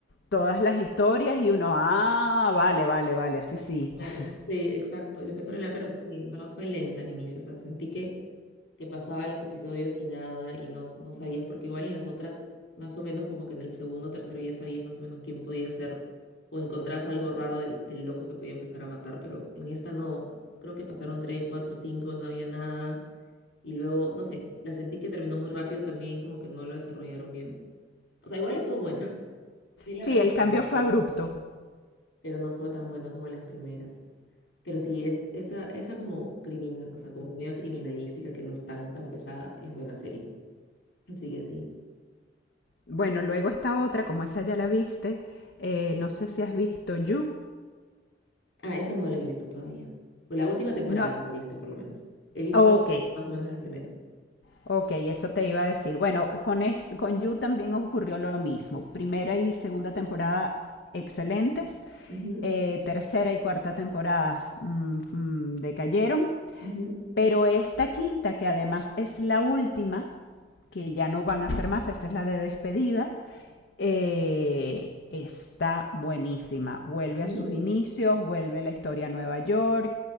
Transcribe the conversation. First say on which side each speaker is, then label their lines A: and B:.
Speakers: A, on the left; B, on the left.
A: todas las historias y uno, ah, vale, vale, vale, así sí.
B: Claro,
A: <laughs>
B: sí, exacto. Y lo empezaron a pero sí, en verdad fue lenta al inicio. O sea, sentí que, que pasaba en los episodios y nada, y no, no sabías, porque igual en las otras, más o menos como que en el segundo o tercero ya sabías más o menos quién podía ser, o encontrabas algo raro del, del loco que podía empezar a matar, pero en esta no. Creo que pasaron tres, cuatro, cinco, no había nada. Y luego, no sé, la sentí que terminó muy rápido también, como que no lo desarrollaron bien. O sea, igual estuvo buena. <laughs> Sí la
A: Sí,
B: recomiendo,
A: el cambio fue
B: pero
A: abrupto.
B: no, pero no fue tan bueno como las primeras. Pero sí, es esa, esa como crimin, o sea, como medio criminalística que no es tan, tan pesada, es buena serie. Así que sí.
A: Bueno, luego está otra, como esa ya la viste, eh, no sé si has visto You.
B: Ah, esa no la he visto todavía. O la última temporada
A: No,
B: no la he visto, por lo menos. He visto
A: ok,
B: más o menos las primeras.
A: ok, eso te iba a decir. Bueno, con, es, con You también ocurrió lo mismo. Primera y segunda temporada excelentes,
B: Ujú,
A: eh, tercera y cuarta temporadas mm, mm, decayeron,
B: ujú.
A: pero esta quinta, que además es la última, que ya no van a hacer más, esta es la de despedida, Eh, está buenísima. Vuelve
B: ¿Y?
A: a sus inicios, vuelve la historia a Nueva York